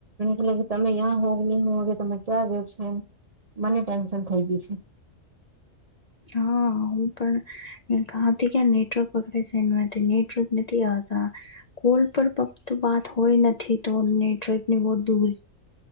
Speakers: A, on the right (about 45°); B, on the left (about 55°).
A: એ ક કે તમે તયાં હો કે નહી હ હો કે તમે ક્યાં આવ્યો છેો એમ મને ટેન્શન થઇ ગય છે.
B: હા. હું પણ કાથી ક્યાં નેટવર્ક પકડે છે નેટવર્ક નથી આવતા. કોલ પર પત વાત હોય નથી તો નેટવર્ક ની બહ દૂર